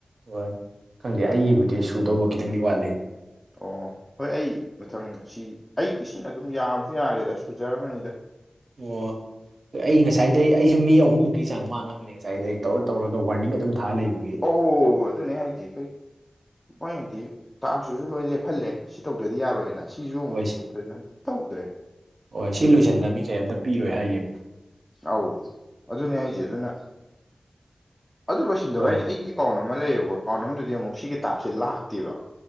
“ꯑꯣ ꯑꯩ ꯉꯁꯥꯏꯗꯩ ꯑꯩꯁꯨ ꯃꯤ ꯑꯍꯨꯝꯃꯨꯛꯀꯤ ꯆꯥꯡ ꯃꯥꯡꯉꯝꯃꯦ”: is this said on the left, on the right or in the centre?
Right